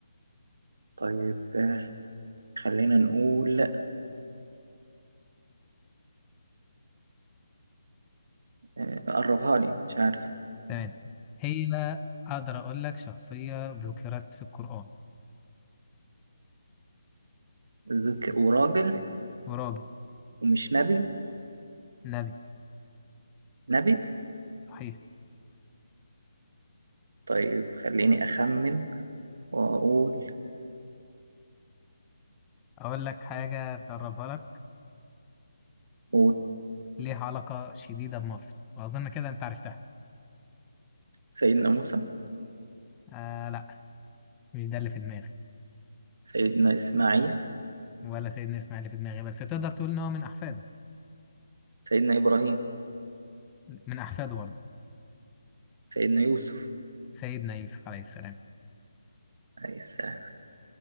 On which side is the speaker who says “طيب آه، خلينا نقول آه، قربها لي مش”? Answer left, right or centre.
Right